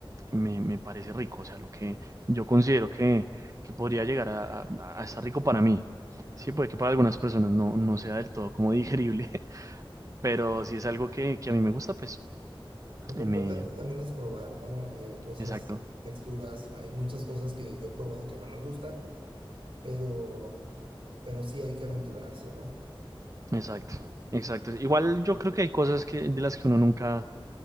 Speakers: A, on the right; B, on the right.
A: me, me parece rico, o sea, lo que yo considero que, que podría llegar a, a- a estar rico para mí. Sí, puede que para algunas personas no, no sea del todo como digerible, <laughs> pero si es algo que, que a mí me gusta, pues
B: Lo
A: eh,
B: importante
A: me...
B: también es probar, ¿no? Eh, cosas,
A: Exacto,
B: texturas, hay muchas cosas que yo he probado que no me gustan pero, pero sí hay que aventurarse, ¿no?
A: exacto, exacto. Igual yo creo que hay cosas que, de las que uno nunca